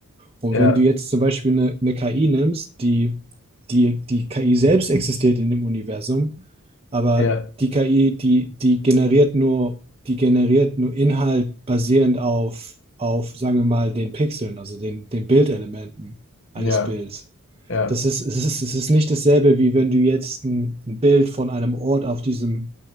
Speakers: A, on the right (about 25°); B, on the left (about 60°).
A: Und
B: ja,
A: wenn du jetzt zum Beispiel eine, eine KI nimmst, die, die, die KI selbst existiert in dem Universum, aber
B: ja,
A: die KI, die, die generiert nur, die generiert nur Inhalt basierend auf, auf, sagen wir mal, den Pixeln, also den, den Bildelementen
B: ja,
A: eines Bilds.
B: ja,
A: Das ist, es ist, es ist nicht dasselbe, wie wenn du jetzt ein, ein Bild von einem Ort auf diesem,